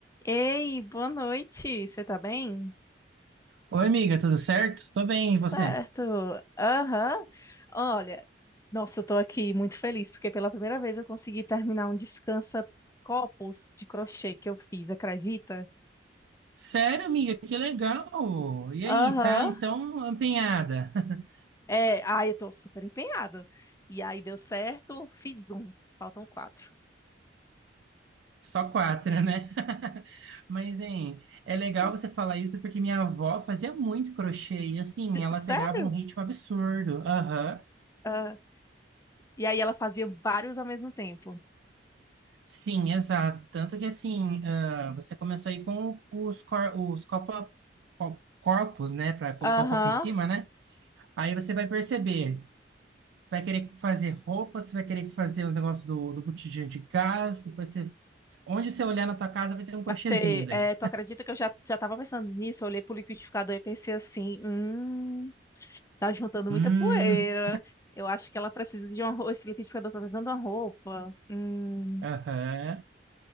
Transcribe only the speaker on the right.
Oi, amiga, tudo certo? Tô bem, e você?
Sério, amiga, que legal! E aí,
tá? Então, empenhada. <laughs>
Só quatro, né? <laughs> Mas, hein, é legal
você falar isso porque minha avó fazia muito crochê e, assim,
ela
pegava um ritmo absurdo. Aham.
Sim, exato. Tanto que, assim, ah, você começou aí com os, cor os copa- co- corpos, né? Pra colocar
o copo em cima, né? Aí você vai perceber Você vai querer fazer roupa, você vai querer fazer os negócios do, do botijão de gás, depois você. Onde você olhar na tua casa vai ter um
crochêzinho
daí.
Hum,
aham.